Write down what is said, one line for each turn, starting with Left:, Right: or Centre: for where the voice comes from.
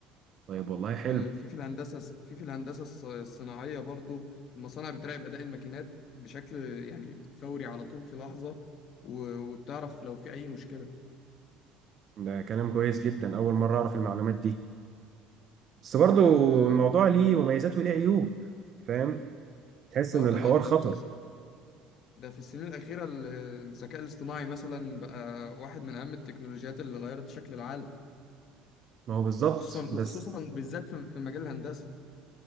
Right: طيب والله
Left: وفي
Right: حلو
Left: في في الهندسه في في الهندسه الص- الصناعيه برضو المصانع بتراقب اداء الماكينات بشكل يعني فوري على طول في لحظه و- وتعرف لو في اي مشكله
Right: ده كلام كويس جدا اول مرة اعرف المعلومات دي بس برضه
Left: طب اه
Right: الموضوع ليه مميزات وليه عيوب فاهم تحس
Left: آه،
Right: ان
Left: طبعا
Right: الحوار خطر
Left: ده في ده في السنين الأخيرة ال- الذكاء الاصطناعي مثلا بقى واحد من أهم التكنولوجيات اللي غيرت شكل العالم
Right: ما هو بالظبط
Left: وخصوصا
Right: بس
Left: وخصوصا بالذات في في مجال الهندسة